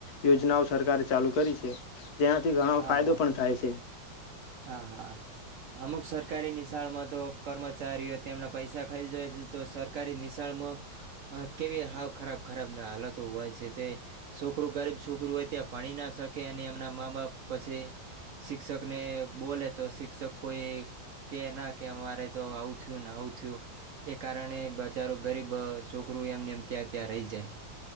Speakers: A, on the left (about 65°); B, on the right (about 65°).
A: યોજનાઓ સરકારે ચાલુ કરી છે જેનાથી ઘણો
B: હા
A: ફાયદો
B: હા
A: પણ થાય છે
B: હા હા અમુક સરકારી નિશાળમાં તો કર્મચારીઓ તેમના પૈસા ખાઈ જાય છે તો સરકારી નિશાળમાં કેવી હાવ ખરાબ ખરાબ હાલતો હોય છે તે છોકરું ગરીબ છોકરું હોય ત્યાં ભણી ના શકે અને એમના મા બાપ પછી શિક્ષકને બોલે તો શિક્ષક કોઈ કે ના કે અમારે તો આવું થયું આવું થયું એ કારણે બજારો ગરીબ છોકરું એમને એમ ત્યાં ત્યાં રહી જાય